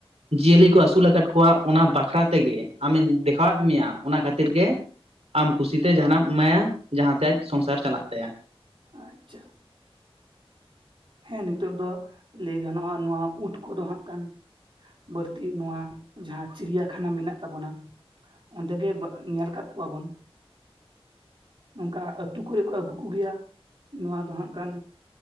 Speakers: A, on the right; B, on the right.
A: ᱡᱮ ᱞᱤ ᱠᱚ ᱟᱹᱥᱩᱞ ᱟᱠᱟᱫ ᱠᱚᱣᱟ ᱚᱱᱟ ᱵᱟᱠᱷᱨᱟ ᱛᱮᱜᱮ ᱟᱢᱤᱧ ᱫᱮᱠᱷᱟᱣᱟᱫ ᱢᱮᱭᱟ ᱚᱱᱟ ᱠᱷᱟᱹᱛᱤᱨ ᱜᱮ ᱟᱢ ᱠᱩᱥᱤᱛᱮ ᱡᱟᱦᱟᱱᱟᱜ ᱮᱢᱟᱭᱟ ᱡᱟᱦᱟᱸ ᱛᱮ ᱟᱡ ᱥᱚᱝᱥᱟᱨ ᱪᱟᱞᱟᱜ ᱛᱟᱭᱟ᱾
B: ᱟᱪᱪᱷᱟ ᱦᱮᱸ ᱱᱤᱛᱚᱜ ᱫᱚ ᱞᱟᱹᱭ ᱜᱟᱱᱚᱜ-ᱟ ᱱᱚᱣᱟ ᱩᱸᱴ ᱠᱚᱫᱚ ᱦᱟᱸᱜ ᱠᱟᱱ ᱵᱟᱹᱲᱛᱤ ᱱᱚᱣᱟ ᱡᱟᱦᱟᱸ ᱪᱤᱲᱭᱟᱠᱷᱟᱱᱟ ᱢᱮᱱᱟᱜ ᱛᱟᱵᱚᱱᱟ ᱚᱸᱰᱮ ᱜᱮ ᱧᱮᱞ ᱟᱠᱟᱫ ᱠᱚᱣᱟᱵᱚᱱ ᱱᱚᱝᱠᱟ ᱟᱹᱛᱩ ᱠᱚᱨᱮ ᱠᱚ ᱟᱹᱜᱩ ᱠᱚᱜᱮᱭᱟ ᱱᱚᱣᱟ ᱫᱚ ᱦᱟᱸᱜ ᱠᱟᱱ